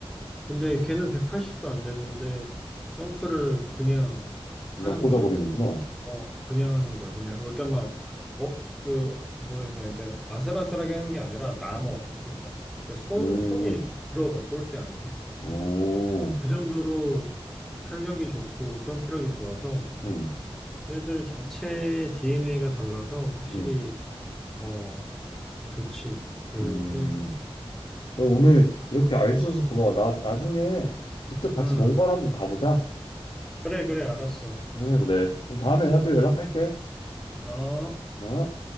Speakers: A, in the centre; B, on the left.
A: 근데 걔는 180도 안 되는데 덩크를 그냥 하는
B: 그냥 꽂아버리는구나.
A: 거야. 어, 그냥 하는 거예요. 그냥 그러니까 막 어, 그 뭐라 냐 이렇게 아슬아슬하게 하는 게 아니라 남어.
B: 음.
A: 그러니까, 그러니까 손
B: 에
A: 손이 이렇게 들어가 골대 안으로.
B: 오,
A: 그 정도로 탄력이 좋고 점프력이 좋아서
B: 음,
A: 얘들 자체 DNA가 달라서 확실히
B: 음,
A: 어 좋지. 그
B: 음.
A: 피지컬이.
B: 그럼 오늘 이렇게 알려줘서 고마워. 나 나중에 직접 같이
A: 음.
B: 농가를 한번 가보자.
A: 그래 그래 알았어.
B: 그래, 그래. 그럼 다음에 내가 또 연락할게.
A: 어.
B: 어?